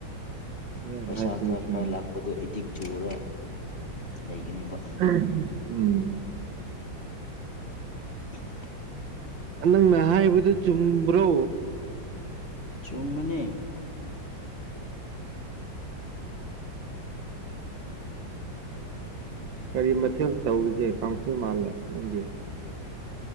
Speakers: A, on the right (about 70°); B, on the left (about 35°).
A: ꯅꯪ
B: ꯄꯩꯁꯥ
A: ꯍꯥꯏꯁꯤꯗꯤ
B: ꯈꯔ
A: ꯆꯨꯝ
B: ꯈꯔ ꯂꯥꯛꯄꯗꯣ ꯑꯦꯗꯤꯛ ꯆꯨꯔ ꯂꯩꯒꯅꯦꯕ
A: ꯑꯥ ꯎꯝ
B: <inaudible>
A: ꯅꯪꯅ ꯍꯥꯏꯕꯗꯨ ꯆꯨꯝꯕ꯭ꯔꯣ
B: ꯆꯨꯝꯕꯅꯦ
A: ꯀꯔꯤ ꯃꯊꯦꯜ ꯇꯧꯔꯤꯒꯦ ꯀꯥꯡꯁꯣꯏ ꯃꯥꯜꯂꯦ ꯅꯪꯒꯤ